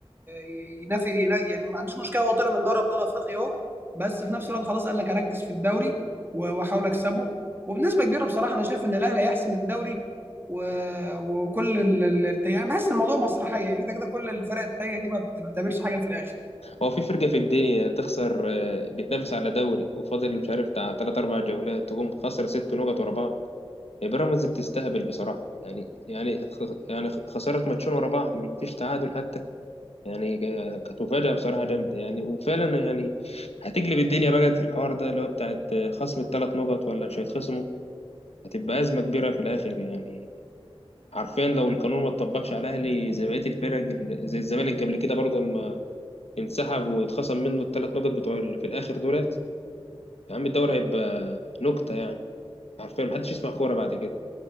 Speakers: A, on the right; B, on the left.
A: ي- ينافي ينا- يعني ما عندوش مشكلة هو طلع من دوري ابطال افريقيا اهو بس في نفس الوقت خلاص قال لك اركز في الدوري و- واحاول اكسبه وبنسبه كبيره بصراحه انا شايف ان الاهلي هيحسم الدوري و... وكل ال... ال- يعني بحس الموضوع مسرحيه كده كده كل الفرق التانيه دي ما بت- ما بتعملش حاجه في الاخر
B: هو في فرقة في الدنيا تخسر آه، بتنافس على دوري وفاضل مش عارف بتاع تلات أربع جولات تقوم خسر ست نقط ورا بعض يعني بيراميدز بتستهبل بصراحة يعني يعني خ- يعني خسارة ماتشين ورا بعض مفيش تعادل حتى يعني آه، كانت مفاجأة بصراحة جامدة يعني وفعلا يعني هتقلب الدنيا بقى الحوار ده اللي هو بتاعت آه، خصم الثلاث نقط ولا مش هيتخصموا هتبقى أزمة كبيرة في الآخر يعني حرفيا لو القانون ما اتطبقش على الاهلي زي بقيه الفرق ال- زي الزمالك قبل كده برضه لما انسحب واتخصم منه الثلاث نقط بتوع اللي في الاخر دولت يا عم الدوري هيبقى نكته يعني حرفيا محدش يسمع كوره بعد كده